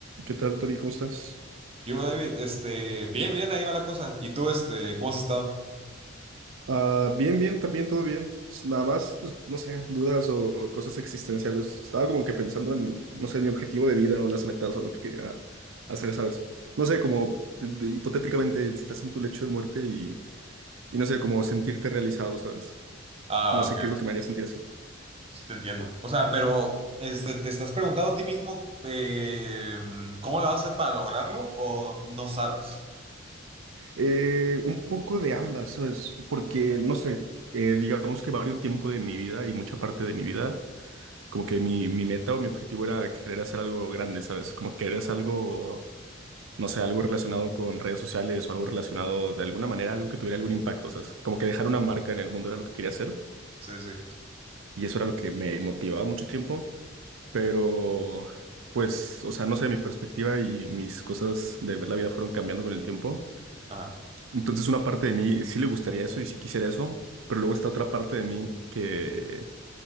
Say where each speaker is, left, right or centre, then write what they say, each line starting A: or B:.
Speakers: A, on the right; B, on the right.
A: ¿Qué tal, Tori? ¿Cómo estás?
B: Yo, David, este, bien, bien, ahí va la cosa. ¿Y tú, este, cómo has estado?
A: Ah, bien, bien, también todo bien. Pues, Nada más, pues, no sé, dudas o cosas existenciales. Estaba como que pensando en, no sé, mi objetivo de vida o las metas o lo que quería hacer, ¿sabes? No sé, como de- de- hipotéticamente si estás en tu lecho de muerte y, y no sé, como sentirte realizado, ¿sabes?
B: Ah,
A: No sé
B: ok,
A: qué es
B: ok.
A: lo que me haría sentir así.
B: Sí te entiendo. O sea, pero, este, ¿te estás preguntando a ti mismo eh, cómo lo vas a hacer para lograrlo o no sabes?
A: Eh, un poco de ambas, ¿sabes? Porque, no sé, eh, digamos que varios tiempo de mi vida y mucha parte de mi vida. como que mi, mi meta o mi objetivo era querer hacer algo grande, ¿sabes? Como querer hacer algo, no sé, algo relacionado con redes sociales o algo relacionado de alguna manera, algo que tuviera algún impacto, ¿sabes? Como que dejar una marca en el mundo era lo que quería hacer
B: Sí, sí.
A: y eso era lo que me motivaba mucho tiempo, pero pues, o sea, no sé, mi perspectiva y mis cosas de ver la vida fueron cambiando con el tiempo.
B: Ajá.
A: Entonces una parte de mí sí le gustaría eso y sí quisiera eso, pero luego está otra parte de mí que